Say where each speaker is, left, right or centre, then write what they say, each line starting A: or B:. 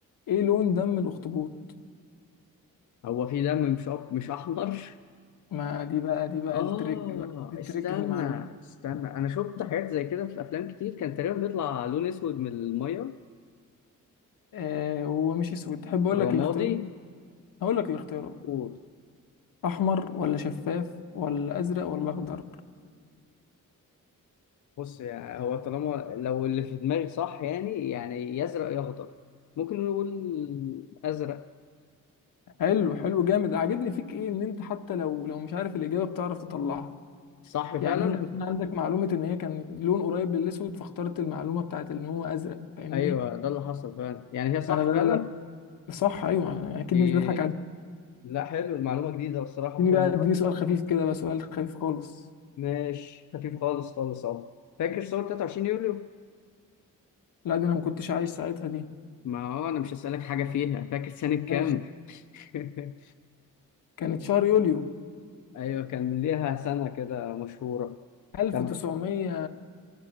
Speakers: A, on the left; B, on the left.
A: ايه لون دم الاخطبوط
B: هو في دم مش أب... مش أحمر؟
A: ما دي بقى
B: <laughs>
A: دي بقى
B: آه
A: التريك بقى دي التريك
B: استنى
A: في المعلومه
B: استنى أنا شفت حاجات زي كده في أفلام كتير كان تقريبا بيطلع لون أسود من المية
A: آه هو مش اسود تحب اقول
B: رمادي
A: لك الاختيارات هقول لك الاختيارات
B: قول
A: احمر ولا شفاف ولا ازرق ولا اخضر
B: بص يعني هو طالما لو اللي في دماغي صح يعني يعني يا ازرق يا اخضر ممكن نقول ازرق
A: حلو حلو جامد عاجبني فيك ايه ان انت حتى لو لو مش عارف الاجابه بتعرف تطلعها
B: صح فعلا
A: يعني انت عشان عندك معلومه ان هي كان لون قريب للاسود فاخترت المعلومه بتاعت ان هو ازرق فاهمني
B: ايوه ده اللي حصل فعلا يعني هي صح
A: فانا لا
B: فعلا
A: لا لا صح ايوه أنا اكيد
B: دي-
A: مش بضحك عليك
B: لا حلو المعلومه جديده الصراحه
A: اديني
B: حلو
A: بقى اديني سؤال خفيف كده بقى سؤال خفيف خالص
B: ماشي خفيف خالص خالص اهو فاكر صور 23 يوليو
A: لا دي انا ما كنتش عايش ساعتها دي
B: ما هو انا مش هسألك حاجه فيها فاكر سنه كام
A: ماشي
B: <laughs>
A: كانت شهر يوليو
B: ايوه كان ليها سنه كده مشهوره
A: 1900
B: طب